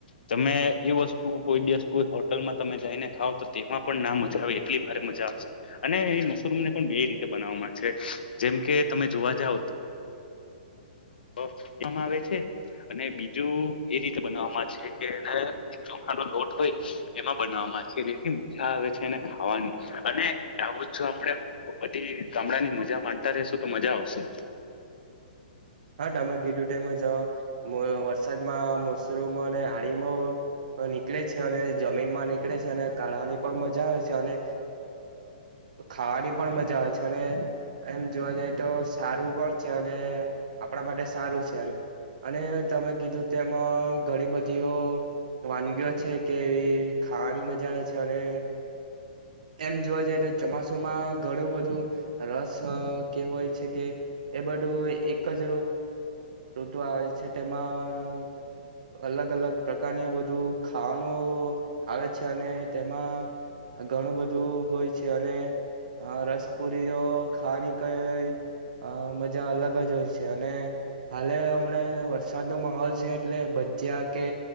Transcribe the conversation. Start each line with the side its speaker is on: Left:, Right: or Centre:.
Left: તમે એ વસ્તુ કોઈ દિવસ કોઈ હોટલમાં તમે જઈને ખાવ તો તેમાં પણ નામ જ અવે એટલી ભારે મજા આવશે અને એ મશરૂમને પણ બે રીતે બનાવવામાં છે જેમ કે તમે જોવા <unintelligible> મ આવે છે અને બીજું એ રીતે બનાવવામાં છે કે એને ચોખાનો લોટ હોય એમાં બનાવવામાં જેથી મજા આવે છે અનેને ખાવાની અને આવ જો આપડે બધી ગામડા ની મજા જ્યા માનતા રશુ તો મજા આવશે
Right: હા તમે કીધું તેમજ અ વરસાદમાં મશરૂમ અને હાડીમાં નીકળે છે અને જમીન માં નીકળે છે અને કાળાની પણ મજા આવે છે અને ખાવાની પણ મજા આવે છે અને એમ જોવા જાય તો સારું પણ છે અને આપ માટે સારું છે અને તમે કીધું તેમાં ઘણી બધીઓ વાનગીઓ છે કે એવી ખાવાની મજા આવે છે અને એમ જોવા જઈ તો ચોમાસુમાં ઘણું બધું રસ કે હોય છે કે એ બધું એક જ ઋતુ આવે છે તેમાં અલગ અલગ પ્રકારની બધ બધું ખાવાનું આવે છે અને તેમાં ઘણું બધું હોય છે અને હા રસપુરી જો ખાણી ક હ મજા અલગ જ હોય છે અને હાલે હમણાં વરસાદનો માહોલ છે એટલે ભજીયા કે